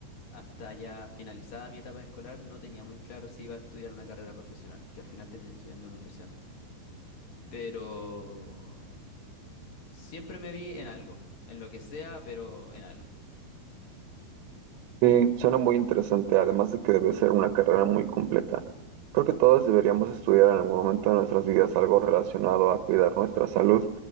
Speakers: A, on the left; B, on the right.
A: hasta ya finalizada mi etapa escolar, no tenía muy claro si iba a estudiar una carrera profesional, que al final terminé estudiando nutrición. Pero siempre me vi en algo, en lo que sea, pero en algo.
B: Sí, suena muy interesante, además de que debe ser una carrera muy completa. Creo que todos deberíamos estudiar en algún momento de nuestras vidas algo relacionado a cuidar nuestra salud,